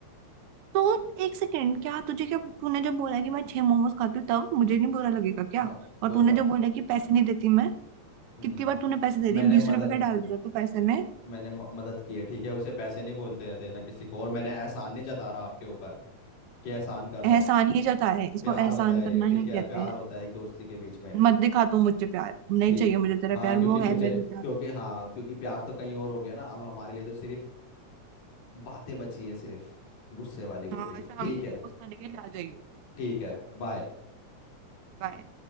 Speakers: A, on the right; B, on the left.
A: तो एक सेकेंड क्या तुझे क्या तूने जब बोला कि मैं छह मोमोज खाती हूँ तब मुझे नहीं बुरा लगेगा क्या
B: हाँ
A: और
B: कोई
A: तूने
B: बात
A: जब बोला कि पैसे नहीं देती मैं
B: हम्म
A: कितनी बार तूने पैसे दे दिए
B: मैंने
A: बीस
B: मदद
A: रुपए का डाल दिया तू पैसे
B: अ,
A: में
B: मैंने म- मदद की है ठीक है उसे पैसे नहीं बोलते हैं देना किसी को और मैंने एहसान नहीं जता रहा आपके ऊपर कि एहसान कर रहा
A: एहसान
B: हूँ
A: ही जताया है इसको
B: प्यार
A: एहसान
B: होता है
A: करना
B: ये ठीक
A: ही
B: है
A: कहते
B: प्यार
A: हैं
B: होता है एक दोस्ती के बीच में
A: मत दिखा तू मुझे प्यार नहीं
B: ठीक
A: चाहिए
B: है
A: मुझे तेरा
B: हाँ
A: प्यार
B: क्योंकि
A: वो
B: तुझे
A: है मेरे लिए प्यार
B: क्योंकि हाँ क्योंकि प्यार तो कहीं और हो गया ना अब हमारे लिए तो सिर्फ बातें बची है सिर्फ गुस्से वाली वो
A: हाँ
B: भी
A: शाम
B: ठीक
A: को
B: है
A: मोमोज खाने के लिए आ जाइयो
B: ठीक है बाय
A: बाय